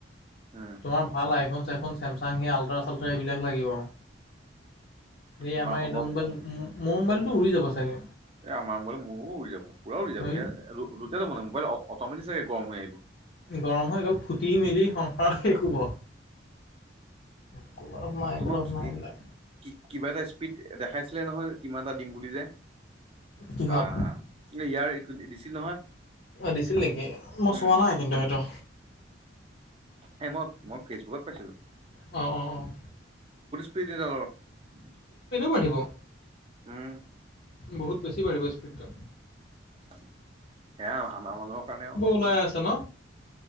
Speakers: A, on the right; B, on the left.
A: উম,
B: তোমাৰ ভাল আইফোন চাইফোন ছেমচাং সি আল্ট্ৰা চাল্ট্ৰা এইবিলাক লাগিব এই
A: তোমাৰ
B: আমাৰ
A: সম্ভৱ
B: এইডাল মোাইল মোৰ মো্বাইলতটো উৰি যাব চাগে
A: এ আমাৰ মোৰো উৰি যাব পুৰাও উৰি যাব
B: হেৰি
A: এ <unintelligible> মানে মোবাইল অতমেটিক চাগে গৰম হৈ আহিব।
B: গৰম হৈ গ'ল, ফুটি মেলি সংসাৰ শেষ হ'ব। একো লাভ নাই একো
A: তোমাক
B: লাভ
A: কি
B: নাই এইবিলাক
A: কি, কিবা এটা স্পীড দেখাইছিলে নহয়, কিমান এটা দিম বুলি যে,
B: কিহত
A: বাহ ইয়াৰ একো দিছিল নহয়।
B: দিছিল নেকি? মই
A: উম,
B: চোৱা নাই কিন্তু সেইটো।
A: এই মই, মই ফেচবুকত পাইছিলোঁ।
B: অ', অ', অ'।
A: তি <unintelligible>
B: বাঢ়িব
A: উম।
B: বহুত বেছি বাঢ়িব স্পিদটো।
A: সেইয়া আমাৰ মানুহৰ কাৰণেও
B: ওলাই আছে ন